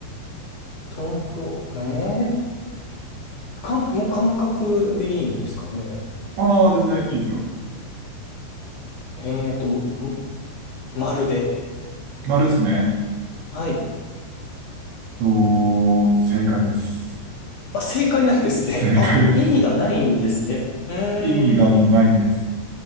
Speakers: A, on the left; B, on the right.
A: ー、東京、えー、かん、もう感覚でいいですかね。
B: ああ、全然いいですよ。
A: えーと、ももまるで。
B: 丸ですね。
A: はい。
B: と、正解です。
A: あ、正解なんですね。
B: 正解です。
A: あ、意味がないんですね。え
B: 意味がないんです。